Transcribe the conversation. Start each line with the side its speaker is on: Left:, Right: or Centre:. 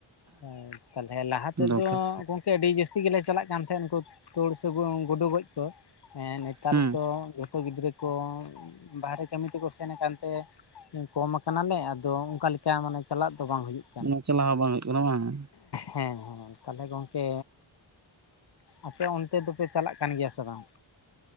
Left: ᱦᱮ ᱛᱟᱦᱞᱮ ᱞᱟᱦᱟ ᱛᱮᱫᱚ
Right: ᱫᱚᱨᱠᱟᱨ
Left: ᱜᱚᱝ ᱟᱹᱰᱤ ᱡᱟᱹᱥᱛᱤ ᱜᱮᱞᱮ ᱪᱟᱞᱟᱜ ᱠᱟᱱ ᱛᱟᱦᱮᱸ, ᱩᱱᱠᱩ ᱛᱳᱲ ᱥᱮ ᱜᱳᱰᱳ ᱜᱚᱡ ᱠᱚ ᱾ ᱦᱮᱸ ᱱᱮᱛᱟᱨ
Right: ᱦᱩᱸ
Left: ᱫᱚ ᱡᱷᱚᱛᱚ ᱜᱤᱫᱽᱨᱟᱹ ᱠᱚ ᱵᱟᱦᱨᱮ ᱠᱟᱹᱢᱤ ᱠᱚ ᱠᱚ ᱥᱮᱱ ᱟᱠᱟᱱ ᱛᱮ ᱠᱚᱢ ᱠᱟᱱᱟᱞᱮ ᱟᱫᱚ ᱚᱝᱠᱟᱞᱮᱠᱟ ᱢᱟᱱᱮ ᱪᱟᱞᱟᱜ ᱫᱚ ᱵᱟᱝ ᱦᱩᱭᱩᱜ ᱾
Right: ᱢᱟᱱᱮ ᱪᱟᱞᱟᱣ ᱦᱚᱸ ᱵᱟᱝ ᱦᱩᱭᱩᱜ ᱠᱟᱱᱟ ᱵᱟᱝ ᱾
Left: ᱦᱮᱸ ᱦᱮᱸ ᱛᱟᱦᱚᱞᱮ ᱜᱚᱢᱠᱮ ᱟᱯᱮ ᱚᱱᱛᱮ ᱫᱚᱯᱮ ᱪᱟᱞᱟᱜ ᱠᱟᱱ, ᱜᱮᱭᱟ ᱥᱮ ᱵᱟᱝ?